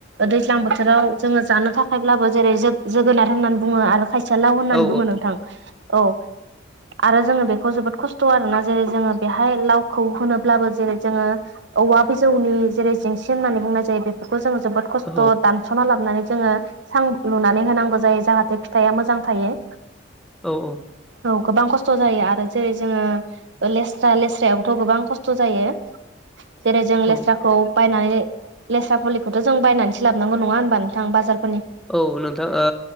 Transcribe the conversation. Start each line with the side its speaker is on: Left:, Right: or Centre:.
Right: दैज्लां बोथोराव जोङो जानो थाखायब्लाबो जेरै जो जोगोनार होननानै बुङो आरो खाय सेया लाव होननानै
Centre: औ
Right: बुङो नोंथां औ आरो जोङो बेखौ जोबोद खस्थ' आरोना जेरै जोङो बेहाय लावखौ होनोब्लाबो जेरै जोङो औवा बिजौनि जेरै जेंसि होननानै बुंनाय जायो बेफोरखौ जोङो जोबोद कस्थ
Centre: औ
Right: दानस'ना ला नानै जोङो सां लुनानै होनांगौ जायो जाहाथे फिथाइया मोजां थायो।
Centre: औ औ
Right: औ गोबां खस्थ' जायो आरो जेरै जोङो लेस स्रा लेस्रायावथ' गोबां खस्थ' जायो जेरै जों
Centre: औ
Right: लेस्राखौ बायनानै लेस्रा फुलिखौथ' जों बायनानैसो लाबनांगौ नङा होनोमबा नोंथां बाजार
Centre: औ नोंथां ओ